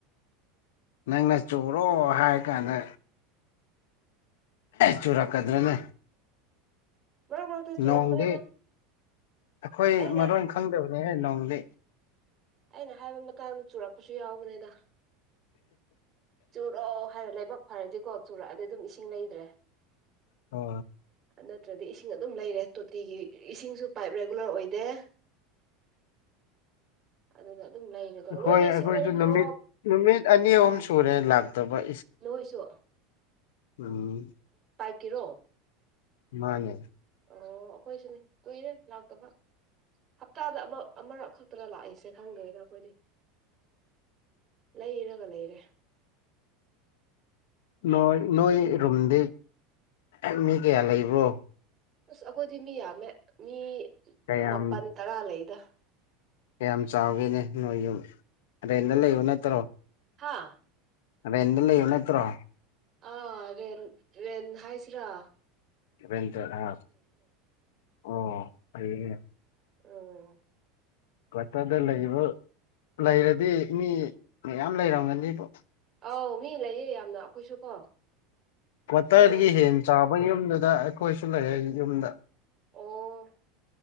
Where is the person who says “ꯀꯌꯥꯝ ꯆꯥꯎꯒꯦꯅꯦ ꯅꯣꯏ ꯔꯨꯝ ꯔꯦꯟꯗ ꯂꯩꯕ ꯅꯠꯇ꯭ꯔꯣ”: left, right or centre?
Left